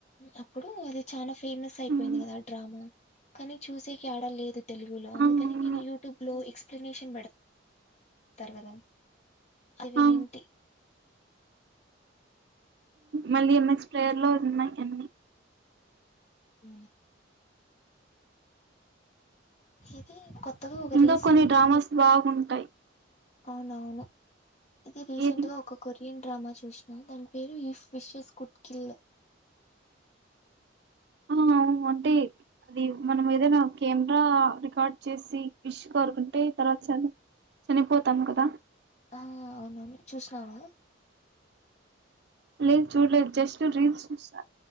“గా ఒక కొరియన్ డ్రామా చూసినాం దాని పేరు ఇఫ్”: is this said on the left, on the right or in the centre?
Left